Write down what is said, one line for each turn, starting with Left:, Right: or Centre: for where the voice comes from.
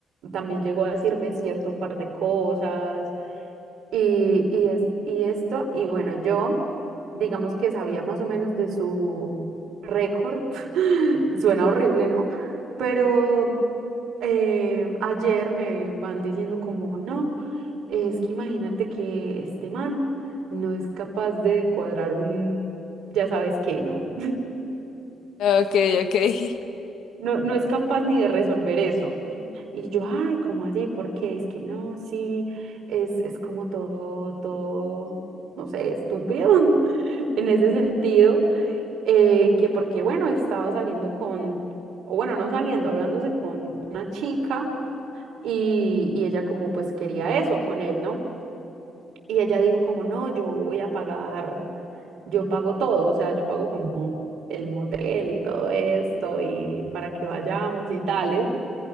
Right: también llegó a decirme cierto par de cosas y, y, es, y esto, y bueno, yo digamos que sabía más o menos de su récord, <laughs> suena horrible, ¿no? Pero eh, ayer me van diciendo como, no, es que imagínate que este man no es capaz de cuadrar un, ya sabes qué, ¿no?
Left: Ok, ok. <laughs>
Right: No, no es capaz ni de resolver eso. Y yo, ay, ¿cómo así? ¿Por qué? Es que no, sí, es, es como todo, todo, no sé, estúpido <laughs> en ese sentido, eh, que porque, bueno, estaba saliendo con, o bueno, no saliendo, hablándose con una chica y, y ella como pues quería eso con él, ¿no? Y ella dijo como, no, yo voy a pagar, yo pago todo, o sea, yo pago como el motel y todo esto y para que vayamos y tales.